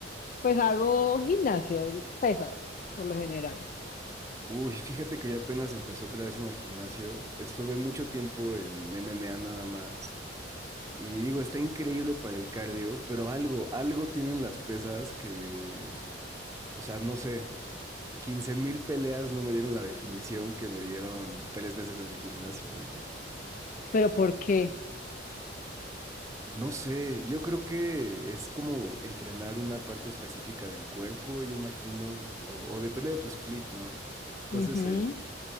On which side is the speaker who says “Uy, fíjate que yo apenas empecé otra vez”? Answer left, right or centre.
Right